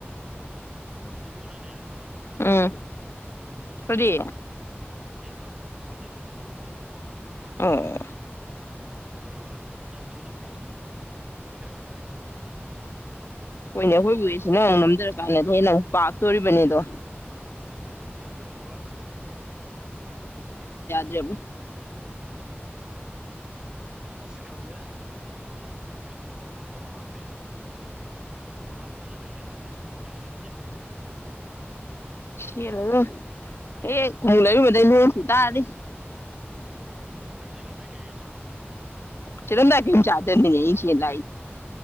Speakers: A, on the right; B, on the left.
A: ꯏꯕꯨꯣ ꯅꯅꯦ
B: ꯎꯝ ꯐꯗꯤ
A: ꯇꯦꯠꯄ ꯃꯈꯥ ꯇꯦꯠꯄꯗ ꯏꯕꯣꯅ ꯍꯦꯟꯕꯅꯦꯕ
B: ꯑꯣ
A: ꯑꯗꯨꯒ ꯌꯥꯝ ꯊꯨꯅ ꯄꯥꯊꯣꯛꯄ ꯄꯦꯠꯃꯟꯕꯩ
B: ꯍꯣꯏꯅꯦ ꯑꯩꯈꯣꯏꯕꯨꯁꯤ ꯅꯪꯨꯛ ꯅꯝꯊꯔ ꯥꯟꯅꯦ ꯅꯪ ꯄꯥꯛ ꯇꯣꯔꯤꯕꯅꯤꯗꯣ
A: ꯃꯣꯏꯅꯦ ꯅ ꯑꯣꯏꯣꯏ ꯇ ꯋꯥ
B: ꯃ
A: ꯑꯁ ꯈꯪꯗꯦ ꯈꯣꯡꯎꯞ ꯃꯃꯥꯡꯗꯤ ꯈꯣꯡꯎꯞꯀ ꯐꯖꯅ ꯂꯩꯗꯤ ꯌꯥꯗꯤ ꯈꯣꯡꯎꯞ ꯂꯩꯃꯤ
B: ꯌꯦꯣ ꯍ ꯈꯨꯝꯃꯨ ꯂꯩꯔꯨꯕꯗꯒꯤꯩꯅꯦ ꯇꯥꯔꯗꯤ
A: ꯅꯪ ꯆꯂꯝꯗ ꯀꯦ ꯀ ꯆ
B: ꯆꯠꯣ ꯂ ꯆꯥꯖꯔ ꯉꯁꯤꯂ